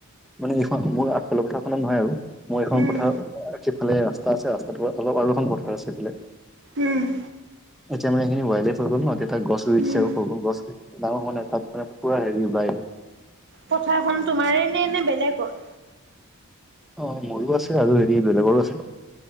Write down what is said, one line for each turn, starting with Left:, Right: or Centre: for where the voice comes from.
Centre: মানে এইখন মোৰ আফালে কথাৰখনত নহয় আৰু মোৰ এইখন
Right: হুম উম
Centre: পথাৰ সিফালে আ আছে ৰাস্তাটো অলপ আৰু এখন পথাৰ আছে সেইফালে।
Right: উম।
Centre: এতিয়া আমাৰ এইখিনি ওৱাইল লাইফ হৈ গল নএতিয়া তাত গছ ৰুই দিছে
Right: উম
Centre: আকৌ সৰু সৰু গছ। ডাঙৰ হোৱা নাই তাত মানে পুৰা হেৰি বায়
Right: পছাৰখন তোমাৰে নে নে বেলেগৰ?
Centre: অ', মোৰো আছে আৰু হেৰি বেলেগৰো আছে।